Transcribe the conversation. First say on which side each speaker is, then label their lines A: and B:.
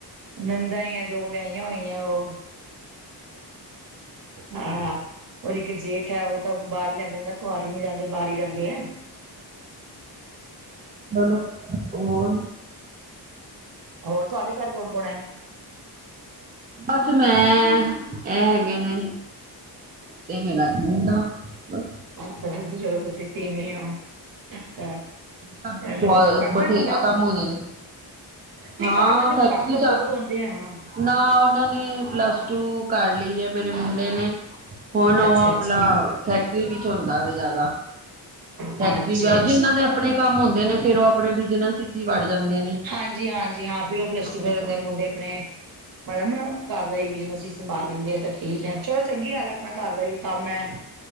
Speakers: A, on the right; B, on the right.
A: ਨੰਦਾ ਹੀ ਆ ਦੋ ਵਿਆਹੀਆਂ ਹੋਈਆਂ ਉਹ ਹਾਂ ਔਰ ਇੱਕ ਜੇਠ ਹੈ ਉਹ ਤਾਂ ਬਾਹਰ ਹੀ ਰਹੰਦਾ ਹੁੰਦਾ ਘਰ ਹੀ ਨੀ ਰਹੰਦੇ ਬਾਹਰ ਹੀ ਰਹੰਦੇ ਹੈ
B: ਚਲੋ ਉਰ
A: ਹੋਰ ਤੁਹਾਡੇ ਘਰ ਕੌਣ ਕੌਣ ਹੈ
B: ਬਸ ਮੈਂ, ਇਹ ਹੈਗੇ ਨੇ। ਤੇ ਮੇਰਾ ਮੁੰਡਾ ਬਸ
A: ਅੱਛਾ ਦੁਜੀ ਜਗਹ ਤੇ ਸੁਤੀ ਨੀ ਏ
B: ਕਾਫੀ
A: ਹੇਲੋ।
B: ਬਹੁਤ
A: ਪੜਦਾ
B: ਬਥੇਰਾ
A: ਮੁੰਡਾ
B: ਕੰਮ ਹੋ ਜਾਂਦਾ
A: ਨਹੀਂ
B: ਹਾਂ
A: ਘਰ ਦੇ ਦੇਖੋ
B: ਫੈਕਟਰੀ
A: ਕੰਮ ਤਾਂ
B: ਜਾ
A: ਬਹੁਤ ਆਉਂਦੇ ਆ ਹਾਂ
B: ਨਾ ਉਹਨਾਂ ਨੇ ਪਲੱਸ ਟੂ ਕਰ ਲਈ ਹੈ। ਮੇਰੇ ਮੁੰਡੇ ਨੇ ਹੁਣ ਉਹ
A: ਅੱਛਾ
B: ਆਪਣਾ
A: ਅੱਛਾ
B: ਫੈਕਟਰੀ ਵਿੱਚ ਹੁੰਦਾ ਵੇ ਜ਼ਿਆਦਾ
A: ਅੱਛਾ
B: ਫੈਕਟਰੀ ਵਿਆ
A: ਅੱਛਾ
B: ਦੇ ਆਪਣੇ ਕੰਮ ਹੁੰਦੇ ਨੇ ਫੇਰ ਉਹ ਆਪਣੇ ਬਿਜਨਸ ਵਿੱਚ ਹੀ ਵਾੜ ਜਾਂਦੇ ਨੇ
A: ਹਾਂਜੀ ਹਾਂਜੀ ਹਾਂ ਫਿਰ ਓ ਪਲੱਸਟੂ
B: ਆਪਣੇ
A: ਕਰਨ
B: ਕੰਮ
A: ਮੁੰਡੇ ਆਪਣੇ ਮ ਘਰ ਦਾ ਹੀ ਬਿਜਨਸ ਹੀ ਸੰਭਾਲ ਲੈਂਦੇ ਆ ਤਾਂ ਠੀਕ ਹੈ ਚਲੋ ਚੰਗੀ ਗੱਲ ਹੈ ਆਪਣਾ ਘਰ ਦਾ ਹੀ ਕੰਮ ਹੈ